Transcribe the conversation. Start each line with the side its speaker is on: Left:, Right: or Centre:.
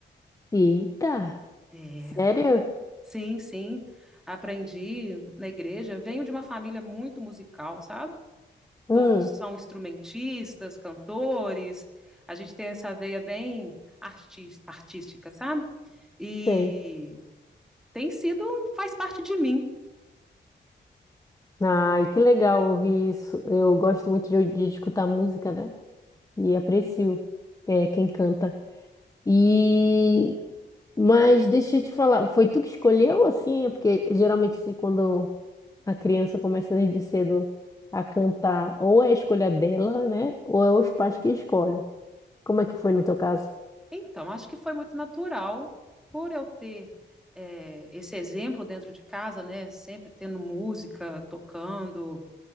Left: Eita!
Centre: É.
Left: Sério?
Centre: Sim, sim. Aprendi na igreja. Venho de uma família muito musical, sabe?
Left: Hum,
Centre: todos são instrumentistas, cantores, a gente tem essa veia bem artis- artística, sabe? E
Left: sei.
Centre: tem sido, faz parte de mim.
Left: Ai, que legal ouvir isso. Eu gosto muito de, de escutar música, né? E aprecio, é, quem canta. E. Mas deixa eu te falar, foi tu que escolheu assim? É Porque geralmente assim, quando a criança começa desde cedo a cantar, ou é a escolha dela, né? Ou é os pais que escolhem. Como é que foi no teu caso?
Centre: Então, acho que foi muito natural por eu ter é, esse exemplo dentro de casa, né? Sempre tendo música, tocando,